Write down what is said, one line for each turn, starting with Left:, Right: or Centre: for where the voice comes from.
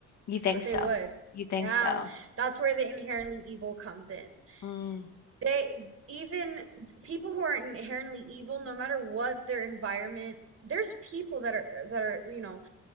Left: You think
Right: But they
Left: so?
Right: would.
Left: You think
Right: Yeah.
Left: so?
Right: That's where the inherently evil comes in.
Left: Mm.
Right: They even people who are inherently evil, no matter what their environment, there's people that are that are, you know,